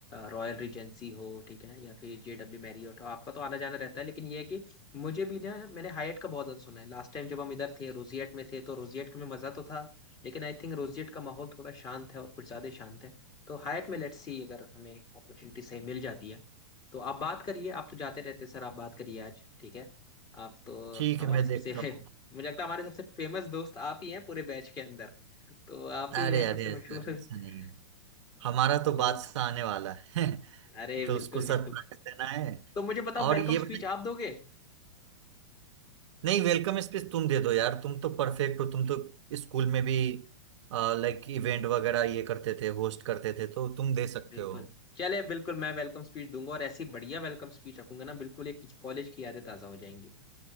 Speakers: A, on the left; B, on the right.
A: रॉयल रिजेंसी हो ठीक है या फिर जे डब्ल्यू मैरियट हो तो आपका तो आना जाना रहता है लेकिन ये है कि मुझे भी ना मैंने हायट का बहुत ज्यादा सुना है लास्ट टाइम जब हम इधर थे रोजियट में थे तो रोजियट में मजा तो था लेकिन आई थिंक रोजियट का माहौल थोड़ा शांत है और कुछ ज्यादा ही शांत है तो हायट में लेट्स सी अगर हमें अपॉर्चुनिटी सही मिल जाती है तो आप बात करिए आप तो जाते रहते हैं, सर आप बात करिए आज ठीक है आप तो
B: ठीक
A: हमारे
B: है मैं
A: सबसे
B: देखता
A: <laughs>
B: हूँ
A: मुझे लगता है हमारे सबसे फेमस दोस्त आप ही हैं पूरे बैच के अंदर तो आप
B: अरे
A: ही हैं
B: अरे
A: सबसे मशहूर
B: ऐसा
A: <laughs>
B: ऐसा नहीं है हमारा
A: तो
B: तो बादशाह आने वाला है <laughs>
A: अरे
B: तो
A: बिल्कुल
B: उसको सरप्राइज
A: बिल्कुल
B: देना है
A: तो मुझे बताओ
B: और
A: वेलकम
B: ये बताइए
A: स्पीच आप दोगे
B: नहीं वेलकम स्पीच तुम दे दो यार तुम तो परफेक्ट हो तुम तो स्कूल में भी लाइक इवेंट वगैरह ये करते थे होस्ट करते थे तो तुम दे सकते
A: बिल्कुल
B: हो
A: चले बिल्कुल मैं वेलकम स्पीच दूंगा और ऐसी बढ़िया वेलकम स्पीच रखूंगा ना बिल्कुल एक कॉलेज की यादें ताजा हो जाएंगी